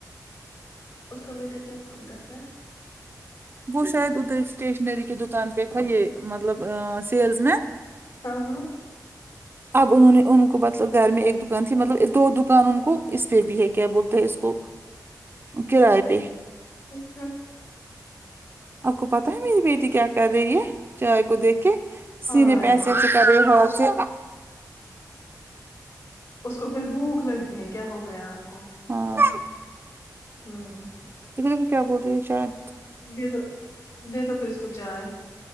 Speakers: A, on the left (about 65°); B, on the right (about 35°).
A: اس کا بیٹا کیا کام کرتا ہے
B: وہ
A: ہاں
B: شاید ادر اسٹیشنری کے دکان پےتھا یہ مطلب سیلز مین
A: ہاں ہاں
B: ج اب انہوں نے ان کو مطلب گھر میں ایک دکان تھی مطلب دو دکان ان کو اس پہ بھی ہے کیا بولتا ہے اس کو کرائے پہ
A: اچھا
B: آپ کو پتاہ ہے میری بیٹی کیا کر رہی ہے چائے کو دیک کے سینے
A: ہائے
B: پےایسے ایسے کرے ہات سے
A: اس کو پھر بھوک لگی ہے کیا ہو گیا آپ کو
B: ہاں
A: ہوں
B: د دل ھی کیا بول رہی ہے شاید
A: دے دو دے دو پھر اس کو چائے